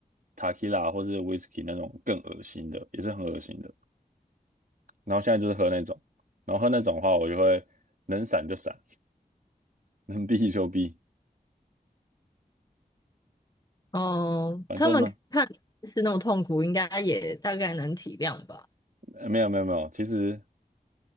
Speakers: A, on the right; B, on the left.
A: 塔 e 拉或是 whisky 那种更恶心的，也是很恶心的。然后现在就是喝那种，然后喝那种的话，我就会能闪就闪，<laughs> 能避就避，
B: 哦，他们看你是那么痛苦，
A: 反正嘛，
B: 应该也大概能体谅吧。
A: 呃没有没有没有，其实